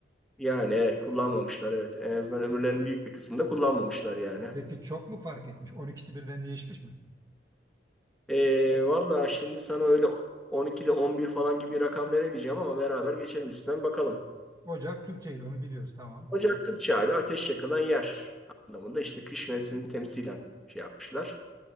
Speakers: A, in the centre; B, on the right.
A: Yani e, kullanmamışlar evet. En azından ömürlerinin büyük bir kısmında kullanmamışlar yani.
B: Peki çok mu fark etmiş? On ikisi birden değişmiş mi?
A: Ee, valla şimdi sana öyle 12'de 11 falan gibi bir rakam veremeyeceğim ama beraber geçelim üstten bakalım.
B: Ocak Türkçeydi onu biliyoruz tamam.
A: Ocak Türkçe abi ateş yakılan yer anlamında işte kış mevsimini temsilen şey yapmışlar.